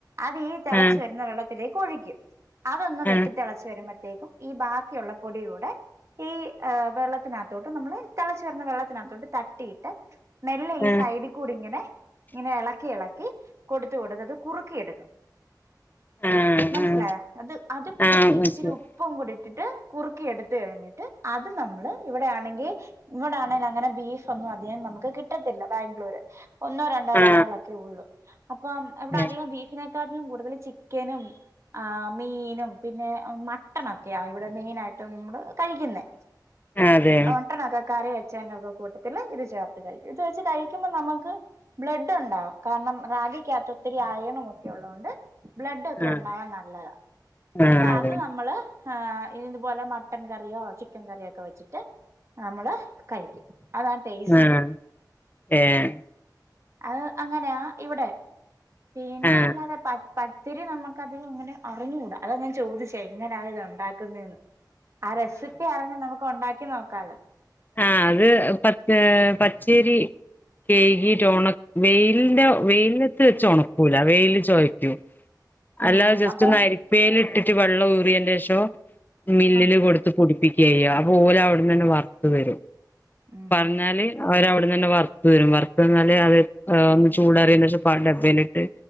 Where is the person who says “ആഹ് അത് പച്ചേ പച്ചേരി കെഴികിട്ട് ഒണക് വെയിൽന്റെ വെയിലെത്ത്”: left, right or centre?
Left